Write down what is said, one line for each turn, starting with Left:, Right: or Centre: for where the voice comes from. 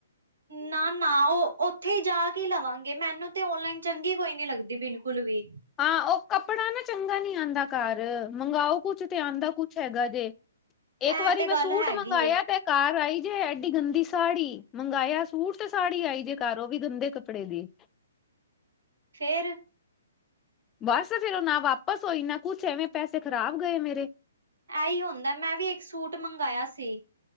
Right: ਨਾ- ਨਾ ਉਹ ਉੱਥੇ ਹੀ ਜਾ ਕੇ ਲਵਾਂਗੇ, ਮੈਨੂੰ ਤੇ ਔਨਲਾਈਨ ਚੰਗੀ ਕੋਈ ਨੀ ਲੱਗਦੀ ਬਿਲਕੁਲ ਵੀ।
Left: ਹਾਂ ਉਹ ਕੱਪੜਾ ਨਾ ਚੰਗਾ ਨੀ ਹੁੰਦਾ, ਘਰ ਮੰਗਵਾਓ ਕੁਛ ਤੇ ਆਂਦਾ ਕੁਛ ਹੈਗਾ ਜੇ,
Right: ਇਹ
Left: ਇੱਕ ਵਰੀ
Right: ਤੇ
Left: ਮੈਂ
Right: ਗੱਲ
Left: ਸੂਟ
Right: ਹੈਗੀ
Left: ਮੰਗਵਾਇਆ
Right: ਏ
Left: ਤੇ ਘਰ ਆਈ ਜੇ ਐਡੀ ਗੰਦੀ ਸਾੜੀ, ਮੰਗਾਇਆ ਸੂਟ ਤੇ ਸਾੜੀ ਆਈ ਜੇ। ਪਰ ਉਹ ਵੀ ਗੰਦੇ ਕੱਪੜੇ ਦੀ।
Right: ਫੇਰ
Left: ਬਸ ਫੇਰ ਉਹ ਨਾ ਵਾਪਸ ਹੋਈ, ਨਾ ਕੁਛ ਐਵੇਂ ਪੈਸੇ ਖ਼ਰਾਬ ਗਏ ਮੇਰੇ।
Right: ਐਹੀ ਹੁੰਦਾ, ਮੈਂ ਵੀ ਇੱਕ ਸੂਟ ਮੰਗਾਇਆ ਸੀ,